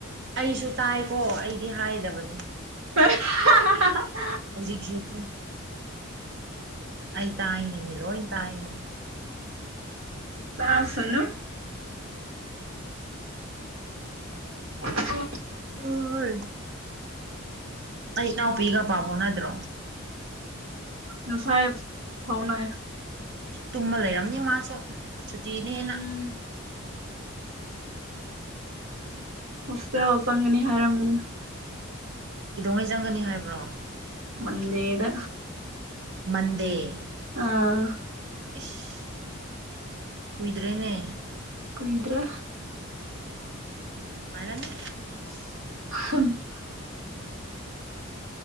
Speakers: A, on the right; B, on the right.
A: ꯑꯩꯁꯨ ꯇꯥꯏꯀꯣ ꯑꯩꯗꯤ ꯍꯥꯏꯗꯕꯅꯦ
B: ꯑ ꯍ
A: ꯍꯧꯖꯤꯛꯁꯨ ꯇꯣ ꯑꯩ ꯇꯥꯏꯅꯦꯅꯦ ꯂꯣꯏ ꯇꯥꯏꯅꯦ
B: ꯄꯥꯁꯅ ꯎ
A: ꯍꯣꯏꯔ ꯑꯩ ꯏꯅꯥꯎꯄꯤꯒ ꯄꯥꯕꯣꯅꯗ꯭ꯔꯣ
B: ꯉꯅꯨꯡꯁꯥꯏ ꯐꯥꯎꯅ
A: ꯇꯨꯝꯃ ꯂꯩꯔꯝꯅꯤ ꯃꯥꯁꯨ ꯁꯨꯇꯤꯅꯦꯅ
B: ꯎꯝ ꯍꯣꯁꯇꯦꯜ ꯆꯪꯒꯅꯤ ꯍꯥꯏꯔꯝꯝꯕꯅꯤ
A: ꯀꯩꯗꯧꯉꯩ ꯆꯪꯒꯅꯤ ꯍꯥꯏꯕ꯭ꯔꯣ
B: ꯃꯟꯗꯦꯗ
A: ꯃꯗꯦ
B: ꯑꯥ
A: ꯏꯁ ꯀꯨꯏꯗ꯭ꯔꯦꯅꯦ
B: ꯀꯨꯣꯏꯗ꯭ꯔꯦ
A: ꯎꯝ ꯋꯥꯅꯅꯤ
B: <unintelligible>